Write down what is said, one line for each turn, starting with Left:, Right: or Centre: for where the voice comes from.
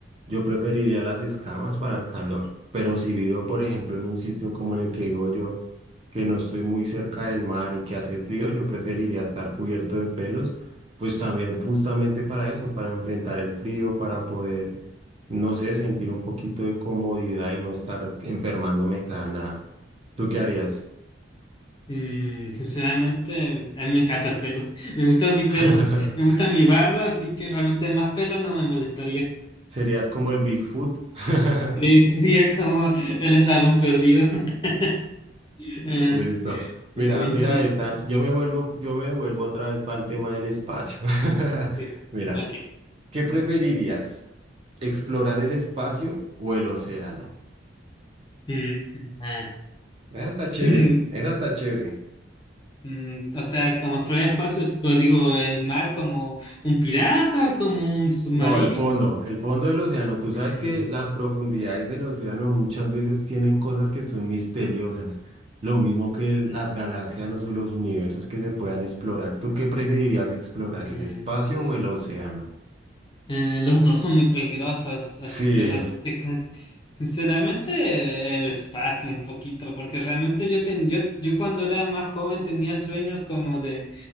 Right: yo preferiría las escamas para el calor. Pero si vivo, por ejemplo, en un sitio como en el que vivo yo, que no estoy muy cerca del mar y que hace frío, yo preferiría estar cubierto de pelos, pues también justamente para eso, para enfrentar el frío, para poder, no sé, sentir un poquito de comodidad y no estar enfermándome cada nada. ¿Tú qué harías?
Left: Mm, sinceramente, a mí me encanta el pelo. <laughs> Me gusta mi pelo.
Right: <laughs>
Left: Me gusta mi barba, así que realmente más pelo no me molestaría.
Right: Serías como el Bigfoot. <laughs>
Left: Sí, sería como el eslabón perdido. <laughs> Eh,
Right: Listo.
Left: sí,
Right: Mira, mira
Left: eh,
Right: esta. Yo me vuelvo, yo me vuelvo otra vez para el tema del espacio. <laughs>
Left: sí.
Right: Mira,
Left: Ok.
Right: ¿qué preferirías? ¿Explorar el espacio o el océano?
Left: Mm, ah.
Right: Esa está chévere,
Left: <laughs>
Right: esa está chévere.
Left: Mm, o sea, como explorar el espacio, como digo, el mar como un pirata, como un submarino.
Right: No, el fondo, el fondo del océano. Tú sabes
Left: Mm,
Right: que las profundidades del océano muchas veces tienen cosas que son misteriosas, lo mismo que las galaxias los- o los universos que se puedan explorar. ¿Tú qué preferirías explorar,
Left: mm,
Right: el espacio
Left: mm.
Right: o el océano?
Left: Eh, los dos son muy peligrosos,
Right: Sí.
Left: así que realmente, cu- sinceramente, eh, el espacio un poquito, porque realmente yo, ten, yo, yo cuando era más joven tenía sueños como de...